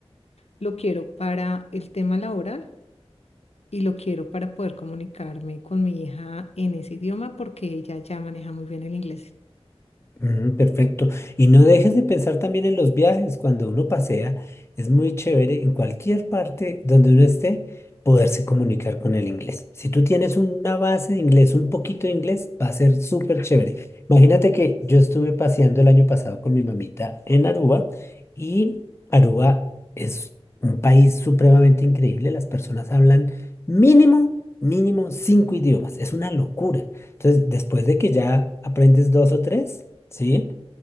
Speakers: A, on the left; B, on the left.
A: Lo quiero para el tema laboral y lo quiero para poder comunicarme con mi hija en ese idioma porque ella ya maneja muy bien el inglés.
B: Mm, perfecto. Y no dejes de pensar también en los viajes. Cuando uno pasea, es muy chévere en cualquier parte donde uno esté poderse comunicar con el inglés. Si tú tienes una base de inglés, un poquito de inglés, va a ser súper chévere. Imagínate que yo estuve paseando el año pasado con mi mamita en Aruba y Aruba es un país supremamente increíble. Las personas hablan mínimo, mínimo cinco idiomas. Es una locura. Entonces, después de que ya aprendes dos o tres, ¿sí?